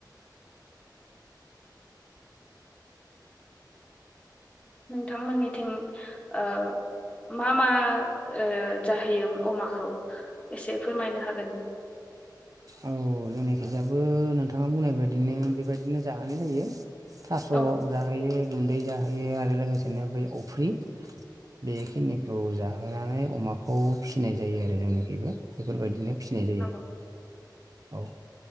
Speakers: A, on the left (about 15°); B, on the right (about 50°).
A: नोंथांमोननिथिं ओ मा मा ओ जाहैयो अमाखौ एसे फोरमायनो हागोन?
B: औ जोंनिखिजायाबो नोंथाङा बुंनाय बायदिनो बेबायदिनो जाहोनाय जायो। थास'
A: औ
B: जाहोयो गुन्दै जाहोयो आरो लोगोसेनो बै अफ्रि बेखिनिखौ जाहोनानै अमाखौ फिसिनाय जायो आरो जोंनिखैबो बेफोरबायदिनो फिसिनाय जायो।
A: नंगौ
B: औ